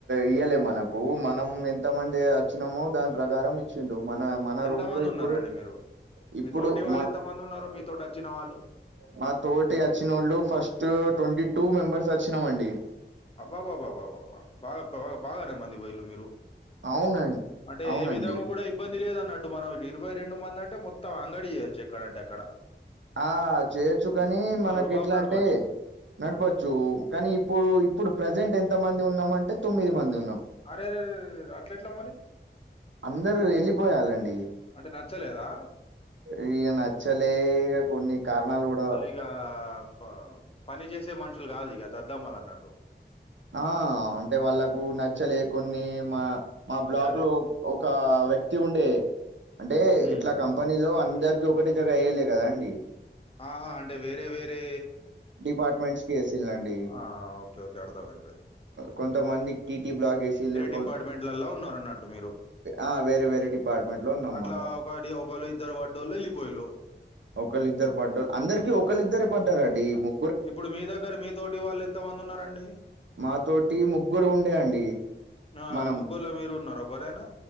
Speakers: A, on the right; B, on the left.
A: ఇయ్యలే మనకు మనం ఎంతమంది వచ్చినామో దాని ప్రకారం చింటూ మన మన
B: ఎంత
A: రూమ్
B: మంది
A: లో ఇప్పుడు
B: ఉన్నారండి మీరు,
A: ఇప్పుడు
B: మీ తోటి వాళ్ళు
A: మా
B: ఎంత మంది ఉన్నారు, మీతోటి వచ్చిన వాళ్ళు.
A: మా తోటి వచ్చినోళ్ళు ఫస్ట్ ట్వంటీ టూ మెంబెర్స్ వచ్చినామండి.
B: అబ్బాబాబాబాబాబ బా అప్ప బాగానే మంది వైళు మీరు
A: అవునండి
B: అంటే
A: అవునండి
B: ఏ విధంగా కూడా ఇబ్బంది లేదన్నట్టు మన ఇరవై రెండు మంది అంటే మొత్తం అంగడి చేయొచ్చు ఎక్కడంటే అక్కడ.
A: ఆ చేయొచ్చు కానీ
B: మొత్తం
A: మనకి
B: రుబాబ్
A: ఎట్లా
B: నడపొచ్చు.
A: అంటే నడపచ్చు కానీ ఇప్పుడు ఇప్పుడు ప్రజెంట్ ఎంత మంది ఉన్నాం అంటే తొమ్మిది మంది ఉన్నాం.
B: అరెరెరెరె! అట్లెట్లా మరి?
A: అందరూ వెళ్ళిపోయాలండి
B: అంటే నచ్చలేదా
A: రీ నచ్చలే ఇగ కొన్ని కారణాలు కూడా
B: ఇగా ప పని చేసే మనుషులు కాదు ఇగ దద్దమ్మలు అన్నట్టు.
A: ఆ అంటే వాళ్ళకు నచ్చలే కొన్ని మా మా బ్లాక్
B: అదే అదే
A: లో ఒక వ్యక్తి ఉండే అంటే
B: హ్మ్.
A: ఇట్లా కం కంపెనీలో అందరికిీ ఒకటే జగ ఎయ్యాలే కదా అండి
B: ఆహా అంటే వేరే వేరే
A: డిపార్ట్మెంట్స్ కి వేసిలండి
B: ఆ ఓ ఓకే ఓకే అర్థమై పే
A: కొంతమంది టీటి బ్లాక్ వేసి లు కోన్
B: డిపార్ట్మెంట్లలా ఉన్నారు అన్నట్టు మీరు
A: ఆ వేరే వేరే డిపార్ట్మెంట్ లో ఉన్నాం
B: అట్లా
A: మనము
B: ఒకటి ఒకళ్ళ ఇద్దరు పడ్డోళ్ళ ఎళ్ళిపోయిలు
A: ఒకళ్ళిద్దరు పడ్డ అందరికి ఒకళ్ళిద్దరే పడ్డారండి ము
B: ఇప్పుడు మీ దగ్గర మీ తోటి వాళ్ళు ఎంత మంది ఉన్నారండి
A: మాతోటి ముగ్గురు ఉండే అండి
B: ఆ
A: మనం
B: ముగ్గురులో మీరు ఉన్నార ఒకరైనా